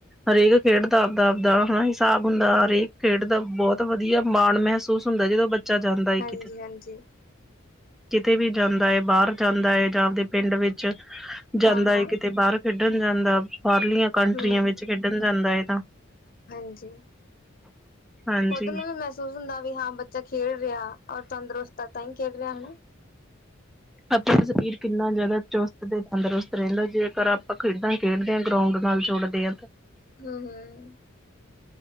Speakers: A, in the centre; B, on the left.
A: ਹਰੇਕ ਖੇਡ ਦਾ ਆਪਦਾ-ਆਪਦਾ ਹਿਸਾਬ ਹੁੰਦਾ, ਹਰੇਕ ਖੇਡ ਦਾ ਬਹੁਤ ਵਧੀਆ ਮਾਣ ਮਹਿਸੂਸ ਹੁੰਦਾ ਜਦੋਂ ਬੱਚਾ ਜਾਂਦਾ ਏ
B: ਹਾਂਜੀ-ਹਾਂਜੀ
A: ਕਿਤੇ। ਕਿਤੇ ਵੀ ਜਾਂਦਾ ਏ ਬਾਅਰ ਜਾਂਦਾ ਏ ਜਾਂ ਆਪਦੇ ਪਿੰਡ ਵਿੱਚ ਜਾਂਦਾ
B: ਹਾਂ-ਹਾਂ
A: ਏ ਜਾ ਕਿਤੇ ਬਾਅਰ ਖੇਡਣ ਜਾਂਦਾ, ਬਾਰਲੀਆਂ ਕੰਟਰੀਆਂ
B: ਹੂੰ
A: ਵਿੱਚ ਖੇਡਣ ਜਾਂਦਾ ਏ ਤਾਂ।
B: ਹਾਂਜੀ।
A: ਹਾਂਜੀ
B: ਖੁਦ ਨੂੰ ਵੀ ਮਹਿਸੂਸ ਹੁੰਦਾ ਵੀ ਹਾਂ ਬੱਚਾ ਖੇਡ ਰਿਆ ਔਰ ਤੰਦਰੁਸਤ ਐ ਤਾਂ ਈ ਖੇਡ ਰਿਆ ਹਨਾ?
A: ਆਪਣਾ ਸਰੀਰ ਕਿੰਨਾ ਜਾਦਾ ਚੁਸਤ ਤੇ ਤੰਦਰੁਸਤ ਰਹਿੰਦਾ ਜੇਕਰ ਆਪਾਂ ਖੇਡਾਂ ਖੇਡਦੇ ਆਂ। ਗਰਊਂਡ ਨਾਲ ਜੁੜਦੇ ਆ ਤ।
B: ਹੂੰ-ਹੂੰ।